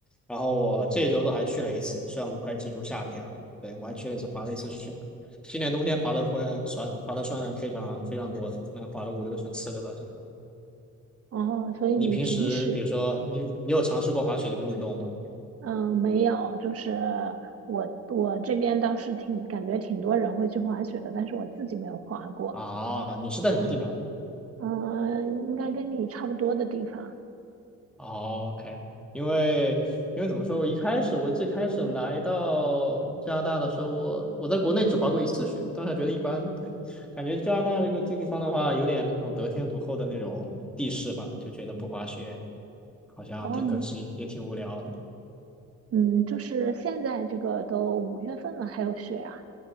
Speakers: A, in the centre; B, on the right (about 50°).
A: 然后我这一周都还去了一次，虽然我们快进入夏天了，对，我还去了一次滑了一次雪，今年冬天滑的会算滑的算非常非常多的，那滑了五六十次了吧，算。
B: 哦，所以你平时，
A: 你平时比如说你你有尝试过滑雪这个运动吗？
B: 嗯，没有，就是我我这边倒是挺感觉挺多人会去滑雪的，但是我自己没有滑过。
A: 啊，你是在什么地方？
B: 嗯，应该跟你差不多的地方。
A: 哦，OK，因为因为怎么说，我一开始我最开始来到加拿大的时候，我我在国内只滑过一次雪，当时觉得一般，对，感觉加拿大这个这个地方的话，有点那种得天独厚的那种地势吧，就觉得不滑雪好像挺可惜，
B: 哦，你
A: 也挺无聊的。
B: 嗯，就是现在这个都五月份了，还有雪啊？